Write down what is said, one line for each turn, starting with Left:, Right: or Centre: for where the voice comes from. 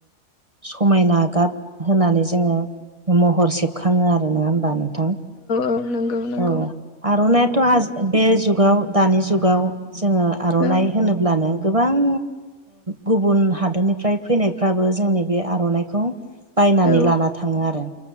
Right: समायना गाब होनानै जोंङो महर सेबखाङो आरो नंङा होमबानो औ
Left: औ नंगौ नंगौ
Right: औ आरनायाथ आजि बे जुगाव दानि जुगाव जोङो आर'नाइ
Left: औ
Right: होनोब्लानो गोबां गुबुन हादोरनिफ्राय फैनायफ्राबो जोंनि बे आर'नाइखौ बायनानै
Left: औ
Right: लाना थाङो आरो